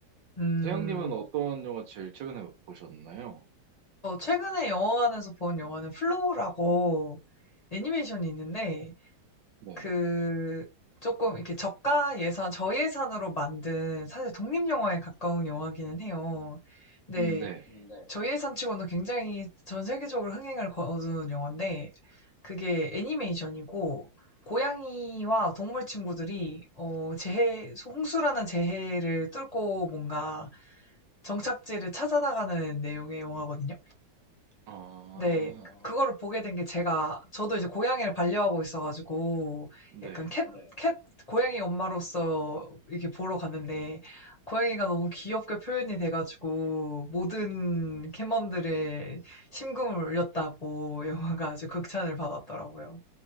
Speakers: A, on the left (about 25°); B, on the right (about 75°).
A: 음,
B: 세영님은 어떤 영화 제일 최근에 보셨나요?
A: 저 최근에 영화관에서 본 영화는 플로우라고 애니메이션이 있는데
B: 네,
A: 그 조금 이렇게 저가 예산, 저예산으로 만든 사실 독립 영화에 가까운 영화기는 해요. 근데
B: 음, 네,
A: 저예산치고는 굉장히 전 세계적으로 흥행을 거둔 영화인데 그게 애니메이션이고 고양이와 동물 친구들이 어 재해 홍수라는 재해를 뚫고 뭔가 정착지를 찾아 나가는 내용의 영화거든요.
B: 아,
A: 네. 그거를 보게 된 게 제가 저도 이제 고양이를 반려하고 있어가지고
B: 네.
A: 약간 캣, 캣 고양이 엄마로서 이렇게 보러 갔는데 고양이가 너무 귀엽게 표현이 돼가지고 모든 캣맘들의 심금을 울렸다고 <laughs> 영화가 아주 극찬을 받았더라고요.